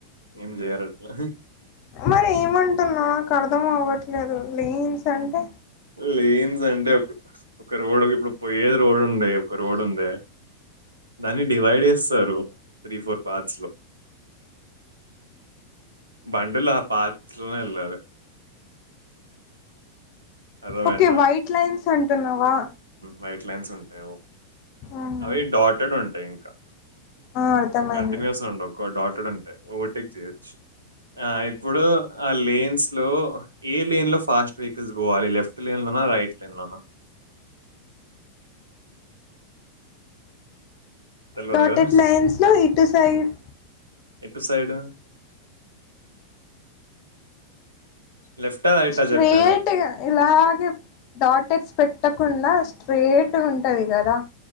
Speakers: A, on the right; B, on the left.
A: ఏం చేయరు అట్లా
B: మరి ఏమంటున్నావ్ నాక్ అర్థం <unintelligible> లేదు లీన్స్ అంటే
A: లేన్స్ అంటే ఒక రోడ్ ఇప్పుడు పోయేది రోడ్ ఉండే ఒక రోడ్ ఉంది. దాన్ని డివైడ్ చేస్తారు త్రీ ఫోర్ పార్ట్స్ లో బండి లు ఆ పార్ట్స్ లోనే వెళ్ళాలి. అర్థమైందా
B: ఓకె వైట్ లైన్స్ అంటున్నావా
A: వైట్ లైన్స్ ఉంటాయో
B: ఆహా
A: అవి డాటడ్ ఉంట ఇంకా
B: ఆ అర్థమైంది
A: కంటిన్యూస్ గా ఉండవ్ ఒక డాటెడ్ ఉంటాయి ఓవర్టేక్ చేయద్దు ి ఆ ఇప్పుడు ఆ లీన్స్ లో ఏ లేన్ లో ఫాస్ట్ వెహికల్స్ వాలి లెఫ్ట్ లైన్ లోనా రైట్ లైన్ లోనా తెలవదు
B: డాటెడ్
A: కదా!
B: లైన్స్ లో ఇటు సైడ్
A: ఎటు సైడ్? లెఫ్టా? రైటా?
B: స్ట్రేట్
A: చెప్పే నాకు.
B: ఇలాగే డాటెట్స్ పెట్టకుండా స్ట్రేట్ ఉంటది కదా